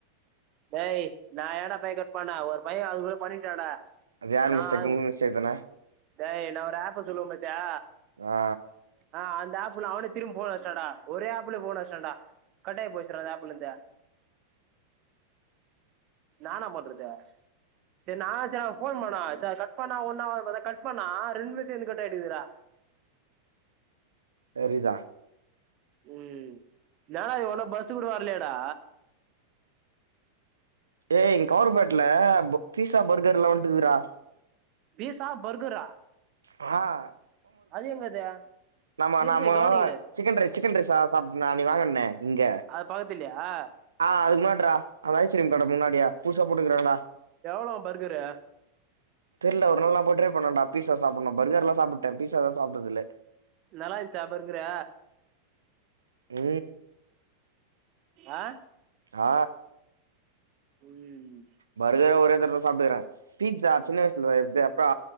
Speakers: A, on the right; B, on the right.
A: டேய் நா எங்கடா போய் கட் பண்ணே ஒரு பைய அதுக்குள்ள பண்ணிட்டான்டா
B: அது யாரு
A: நான்
B: மிஸ்டேக்
A: அது
B: உங்க மிஸ்டேக் தான
A: டேய் நா ஒரு ஆப்ப சொல்லுவ பாத்தியா
B: ஆ
A: ஆ அந்த ஆப்புல அவன திரும்ப ஃபோன அச்டான்டா ஒரே ஆப்ல ஃபோன அச்டான்டா கட்டாய போசுற அந்த ஆப்புள் இருந்தே நா என்ன பண்றது சரி நா அச்சு ஃபோன் பண்ணா ச கட் பண்ணாண் ஒண்ணா ஆகாது பதா கட் பண்ணா ரெண்டுமே சேந்து கட்டாயிருக்கு டா
B: சரி டா
A: ம் நா ஒன்னு பஸ் கூட வர்லெயேடா
B: ஏய் கவுர்மெட்ல பீஸா பர்கர்ல்லா வந்துருக்குடா
A: பீசா பர்கரா
B: ஆ
A: அது எங்கது
B: நாம
A: தெரியலையே
B: நாம
A: கவனிக்கல
B: சிக்கன் ரைஸ் சிக்கன் ரைஸ் சா சாப் நா அன்னிக் வாங்கனனே இங்க
A: அது பக்கத்துல்லையா
B: ஆ அதுக்கு முன்னாட்றா அந்த ஐஸ்கிரீம் கடக் முன்னாடுயே புதுசா போட்டுக்குறாடா
A: அ பர்கரு
B: தெரில ஒரு நாள் நா போய் ட்ரை பண்றேடா பீஸ்ஸா சாப்புட்ணு பர்கர்லா சாப்புட்டே பீஸாதா சாப்டதுல்ல
A: நல்லா இருந்ச்சா பர்கரு
B: ம்
A: ஆ
B: ஆ
A: உய்
B: பர்கர் ஒரே தடவ சாப்டுறே பீஸா சின்ன வயசுல இப்டி அப்பா